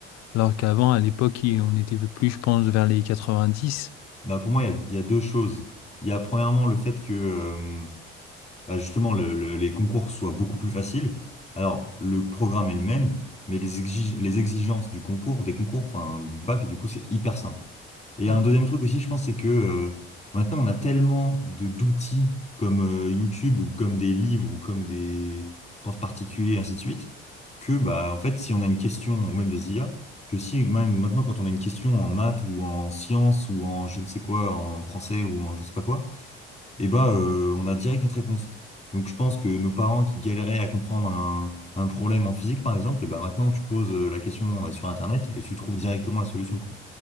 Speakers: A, on the left (about 60°); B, on the left (about 20°).
A: Alors qu'avant, à l'époque, il- on était plus, je pense, vers les 90.
B: Bah, pour moi, il y a, il y a deux choses. Il y a premièrement le fait que euh, bah, justement le- le- les concours soient beaucoup plus faciles. Alors, le programme est le même, mais les exige- les exigences du concours, des concours, enfin du bac, du coup, c'est hyper simple. Et un
A: Mm,
B: deuxième truc aussi, je pense, c'est que euh, maintenant, on a tellement de d'outils comme euh, YouTube ou comme des livres ou comme des profs particuliers, ainsi de suite, que bah en fait, si on a une question ou même des IA, que si même maintenant, quand on a une question en maths ou en sciences ou en je ne sais quoi, en français ou en je sais pas quoi, et bah euh, on a direct notre réponse. Donc je pense que nos parents qui galéraient à comprendre un, un problème en physique, par exemple, et bah maintenant, tu poses euh, la question euh, sur Internet et tu trouves directement la solution, quoi.